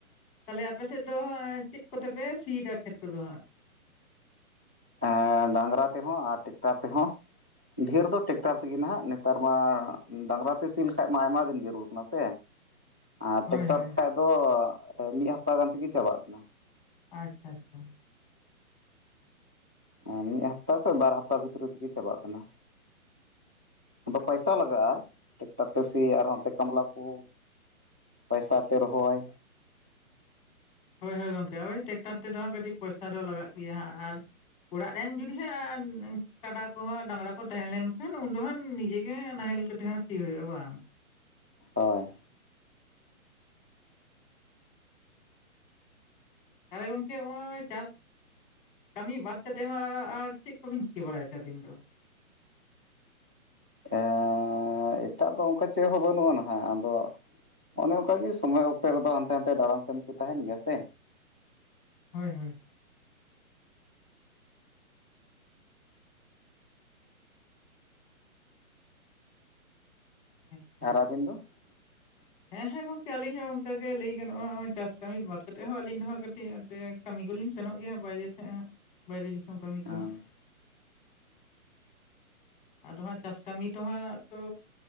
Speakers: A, on the left; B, in the centre.
A: ᱛᱟᱦᱞᱮ ᱟᱯᱮᱥᱮᱫ ᱫᱚ ᱦᱟᱸ ᱪᱮᱫ ᱠᱚᱛᱮᱯᱮ ᱥᱤᱭᱮᱫᱟ ᱠᱷᱮᱛ ᱠᱚᱫᱚ ᱦᱟᱸᱜ
B: <unintelligible> ᱰᱟᱝᱨᱟ ᱛᱮᱦᱚᱸ ᱟᱨ ᱴᱮᱠᱴᱟᱨ ᱛᱮᱦᱚᱸ ᱰᱷᱮᱨ ᱫᱚ ᱴᱮᱠᱴᱟᱨ ᱛᱮᱜᱮ ᱱᱟᱟᱜ ᱱᱮᱛᱟᱨ ᱢᱟ ᱰᱟᱝᱨᱟ ᱛᱮ ᱥᱤ ᱞᱮᱠᱷᱟᱡ ᱢᱟ ᱟᱭᱢᱟ ᱫᱤᱱ ᱡᱟᱹᱨᱩᱲ ᱠᱟᱱᱟ ᱥᱮ ᱟᱨ
A: ᱦᱳᱭ
B: ᱴᱮᱠᱴᱟᱨ
A: ᱦᱳᱭ᱾
B: ᱛᱮᱠᱷᱟᱡ ᱫᱚ ᱢᱤᱫ ᱦᱟᱯᱛᱟ ᱜᱟᱱ ᱛᱮᱜᱮ ᱪᱟᱵᱟᱜ ᱠᱟᱱᱟ᱾
A: ᱟᱪᱪᱷᱟ ᱟᱪᱪᱷᱟ
B: <unintelligible> ᱢᱤᱫ ᱦᱟᱯᱛᱟ ᱠᱷᱚᱱ ᱵᱟᱨ ᱦᱟᱯᱛᱟ ᱵᱷᱤᱛᱨᱤ ᱛᱮᱜᱮ ᱪᱟᱵᱟᱜ ᱠᱟᱱᱟ ᱟᱫᱚ ᱯᱟᱭᱥᱟ ᱞᱟᱜᱟᱜᱼᱟ <inaudible> ᱴᱮᱠᱴᱟᱨ ᱛᱮ ᱥᱤ ᱟᱨ ᱦᱟᱸᱛᱮ ᱠᱟᱢᱞᱟ ᱠᱚ ᱯᱟᱭᱥᱟ ᱛᱮ ᱨᱚᱦᱚᱭ
A: ᱦᱳᱭ ᱦᱳᱭ ᱜᱚᱝᱠᱮ ᱦᱳᱭ ᱴᱮᱠᱴᱟᱨ ᱛᱮᱫᱚ ᱦᱟᱸᱜ ᱠᱟᱹᱴᱤᱡ ᱯᱚᱭᱥᱟ ᱫᱚ ᱞᱟᱜᱟᱜ ᱜᱮᱭᱟ ᱦᱟᱸᱜ ᱟᱨ <inaudible> ᱚᱲᱟᱜ ᱨᱮᱱ ᱡᱩᱫᱤ ᱦᱟᱸᱜ <unintelligible> ᱠᱟᱰᱟ ᱠᱚᱦᱚᱸ ᱰᱟᱝᱨᱟ ᱠᱚ ᱛᱟᱦᱮᱸ ᱞᱮᱱᱠᱷᱟᱱ ᱩᱱᱫᱚ ᱦᱟᱸᱜ ᱱᱤᱡᱮ ᱜᱮ ᱱᱟᱦᱮᱞ ᱠᱚᱛᱮ ᱦᱚᱸ ᱥᱤ ᱦᱩᱭᱩᱜᱼᱟ ᱵᱟᱝ
B: ᱦᱳᱭ
A: ᱛᱟᱦᱞᱮ ᱜᱚᱝᱠᱮ ᱱᱚᱜᱼᱚᱭ ᱪᱟᱥ ᱠᱟᱹᱢᱤ ᱵᱟᱫ ᱠᱟᱛᱮᱫ ᱦᱚᱸ ᱟᱨ ᱪᱮᱫ ᱠᱚᱵᱤᱱ ᱪᱤᱠᱟᱹ ᱵᱟᱲᱟᱭ ᱛᱮ ᱟᱹᱵᱤᱱ ᱫᱚ
B: ᱮᱸᱻ ᱮᱴᱟᱜ ᱫᱚ ᱚᱱᱠᱟ ᱪᱮᱫ ᱦᱚᱸ ᱵᱟᱹᱱᱩᱜᱼᱟ ᱱᱷᱟᱜ ᱟᱫᱚ ᱚᱱᱮ ᱚᱱᱠᱟᱜ ᱜᱮ ᱥᱚᱢᱚᱭ ᱚᱠᱛᱮ ᱨᱮᱫᱚ ᱦᱟᱱᱛᱮ ᱱᱟᱛᱮ ᱫᱟᱬᱟᱱ ᱠᱟᱹᱢᱤ ᱠᱚ ᱛᱟᱦᱮᱱ ᱜᱮᱭᱟ ᱥᱮ᱾
A: ᱦᱳᱭ ᱦᱳᱭ <unintelligible>
B: ᱟᱨ ᱟᱹᱵᱤᱱ ᱫᱚ <inaudible>
A: ᱦᱮᱸ ᱦᱮᱸ ᱜᱚᱝᱠᱮ ᱟᱹᱞᱤᱧ ᱦᱚᱸ ᱚᱱᱠᱟ ᱜᱮ ᱞᱟᱹᱭ ᱜᱟᱱᱚᱜᱼᱟ ᱦᱚᱜ ᱚᱭ ᱪᱟᱥ ᱠᱟᱹᱢᱤ ᱵᱟᱫ ᱠᱟᱛᱮᱜ ᱦᱚᱸ ᱟᱹᱞᱤᱧ ᱫᱚ ᱦᱟᱸᱜ ᱠᱟᱹᱴᱤᱡ ᱟᱸᱛᱮ ᱠᱟᱹᱢᱤ ᱠᱚᱞᱤᱧ ᱥᱮᱱᱚᱜ ᱜᱮᱭᱟ ᱵᱟᱦᱨᱮ ᱥᱮᱫ ᱦᱟᱸᱜ <inaudible> ᱵᱟᱦᱨᱮ ᱫᱤᱥᱚᱢ ᱠᱟᱹᱢᱤ ᱠᱚᱦᱚᱸ
B: ᱦᱮᱸ
A: ᱟᱫᱚ ᱦᱟᱸᱜ ᱪᱟᱥ ᱠᱟᱹᱢᱤ ᱛᱚᱦᱟᱸᱜ ᱛᱚ